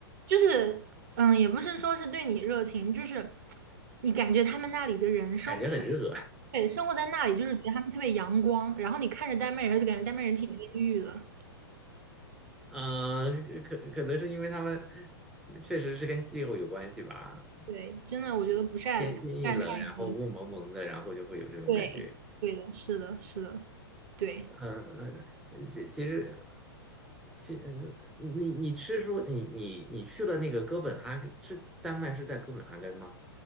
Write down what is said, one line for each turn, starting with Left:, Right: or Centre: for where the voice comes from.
Right: 就是，嗯，也不是说是对你热情，就是你感觉他们那里的人生活，
Centre: 感觉很热。
Right: 对，生活在那里，就是觉得他们特别阳光，然后你看着丹麦人，就感觉丹麦人挺阴郁的。
Centre: <laughs> 呃，可可能是因为他们确实是跟气候有关系吧，
Right: 对，真的，我觉得不晒不晒太阳，
Centre: 天天一冷，然后雾蒙蒙的，然后就会有这种感觉。
Right: 对，对的，是的，是的，对。
Centre: 嗯，呃其其实其嗯你你是说你你你去了那个哥本哈根，是丹麦是在哥本哈根吗？